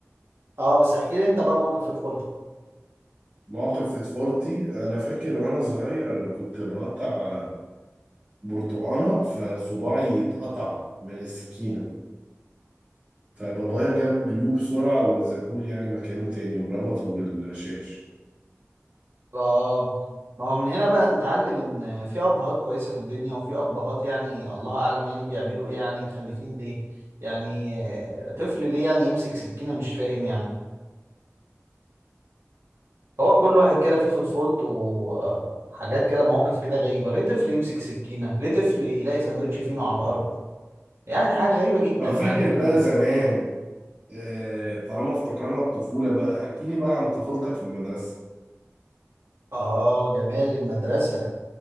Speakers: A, on the right (about 60°); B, on the right (about 25°).
A: اه بس احكي لي انت بقى موقف في طفولتك
B: موقف في فورتي انا فاكر وانا صغير كنت بقطع برتقانه فصباعي اتقطع من السكينه فبابايا جاب جلو بسرعه ولزقهولي يعني مكانه تاني وربطه بالشاش
A: اه ما هو من هنا بقى نتعلم ان في ابهات كويسه في الدنيا وفي ابهات يعني الله اعلم يعني بيعملوا ايه يعني مخلفين ليه يعني آه، طفل ليه يعني يمسك سكينه مش فاهم يعني هو كل واحد كده فيه في طفولته آه، حاجات كده مواقف كده غريبه ليه طفل يمسك سكينه ليه طفل يلاقي سندوتش فينو على الارض يعني حاجه غريبه جدا
B: طب فاكر
A: يعني فعلا
B: بقى زمان آه، طالما افتكرنا الطفوله بقى احكي لي بقى عن طفولتك في المدرسه
A: اه جمال المدرسه